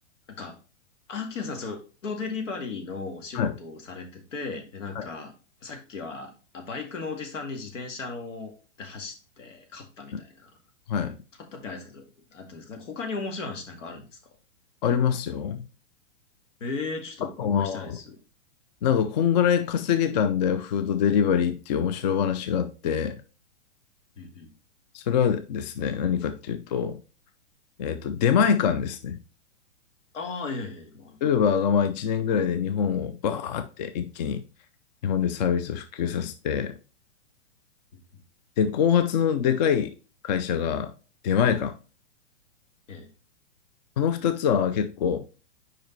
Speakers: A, on the left; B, on the left.
A: なんか、アキラさん、そう、フードデリバリーのお仕事をされてて、
B: はい。
A: で、なんか、
B: はい。
A: さっきは、あ、バイクのおじさんに自転車の、で走って、勝ったみたいな。
B: うんはい。
A: 勝ったってあれですけど、あったんですかなんか他に面白い話なんかあるんですか
B: ありますよ。
A: ええー、ちょっとお伺いしたいです。
B: あとは、
A: う
B: なんか、こんぐらい稼げたんだよ、フードデリバリーっていう面白い話があって、
A: んうん。
B: それはですね、何かっていうと、えっと、出前館ですね。
A: ああ、ええ、ええ、わか
B: ウーバーがまあ1年ぐらいで日本をバーって一気に日本でサービスを普及させて、
A: る
B: で、後発のでかい会社が出前館。
A: ええ、
B: この2つは結構、